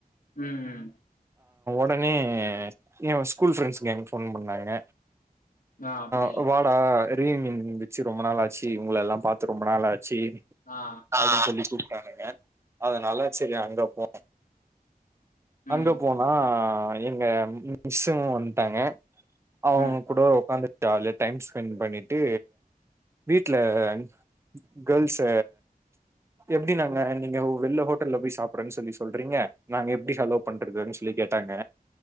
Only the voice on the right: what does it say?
ப்பமே யவ் ஸ்கூல் ஃப்ரண்ஸ் எங் ஃபோன் பண்ணாங்க
அ வாடா ரீமின் இ பிச்சி ரொம்ப நாள் ஆச்சு உங்கலல்லா பாத்து ரொம்ப நாளாட் ச்சேரி
சரி கூப் ட்டானுங்க அதுனால ச்சரி அங்க போ
அங்க போனா எங்க மிஸ்ஸு வந்ட்டாங்க அவ்ங்க
கூட உக்காந்து ஜாலெட் டைம் ஸ்பெண் பண்ணிட்டு வீட்லன் கேர்ள்ஸ எப்டி நாங்க நீங்கவ் வெள்ல ஹோட்டல்ல போய் சாப்பறன் சொல்லி சொல்றீங்க நாங்க எப்டி ஹலோ பண்றதுன் சொல்லி கேட்டாங்க